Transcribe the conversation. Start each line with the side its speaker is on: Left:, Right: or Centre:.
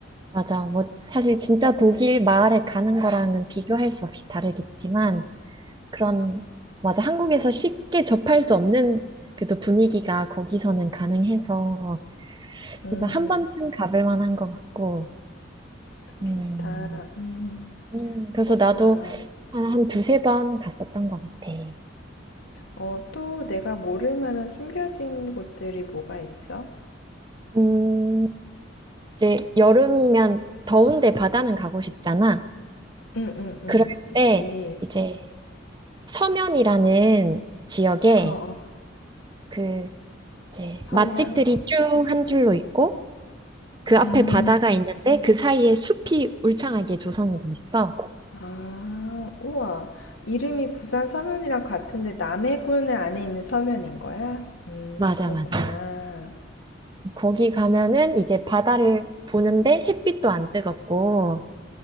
Right: 맞아. 뭐, 사실 진짜 독일 마을에 가는 거랑은 비교할 수 없이 다르겠지만, 그런, 맞아. 한국에서 쉽게 접할 수 없는 그래도 분위기가 거기서는 가능해서
Left: 음,
Right: 일단 한 번쯤 가볼 만한 것 같고,
Left: 그 좋다.
Right: 음,
Left: 음,
Right: 음, 그래서
Left: 그렇구나.
Right: 나도 한, 한 두세 번 갔었던 것 같아.
Left: 어, 또 내가 모를 만한 숨겨진 곳들이 뭐가 있어?
Right: 음, 이제 여름이면 더운데 바다는 가고 싶잖아.
Left: 응, 응, 응.
Right: 그럴
Left: 그치.
Right: 때 이제 서면이라는 지역에
Left: 어, 어.
Right: 그 이제
Left: 서면.
Right: 맛집들이 쭉 한 줄로 있고, 그 앞에
Left: 음,
Right: 바다가 있는데 그 사이에 숲이 울창하게 조성이 돼 있어.
Left: 아, 우와. 이름이 부산 서면이랑 같은데 남해군 안에 있는 서면인 거야? 음,
Right: 맞아,
Left: 그렇구나.
Right: 맞아. 거기 가면은 이제 바다를 보는데 햇빛도 안 뜨겁고